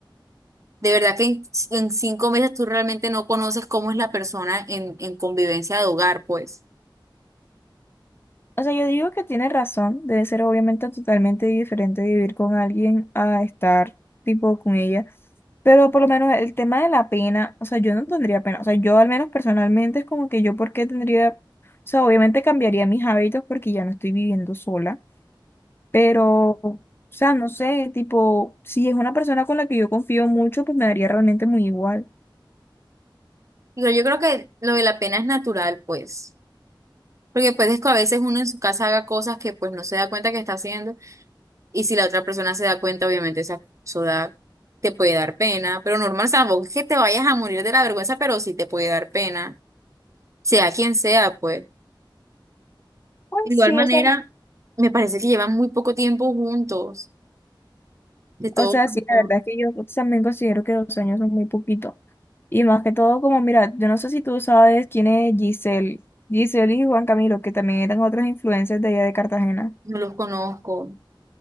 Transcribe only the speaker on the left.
O sea, yo digo que tiene razón, debe ser obviamente totalmente diferente vivir con alguien a estar tipo con ella, pero por lo menos el tema de la pena, o sea, yo no tendría pena, o sea, yo al menos personalmente es como que yo por qué tendría, o sea, obviamente cambiaría mis hábitos porque ya no estoy viviendo sola, pero, o sea, no sé, tipo, si es una persona con la que yo confío mucho, pues me daría realmente muy igual.
Pues
sí,
o sea,
O sea,
sí, la verdad es que yo también considero que dos años son muy poquito. Y más que todo, como mira, yo no sé si tú sabes quién es Giselle. Giselle y Juan Camilo, que también eran otras influencias de allá de Cartagena.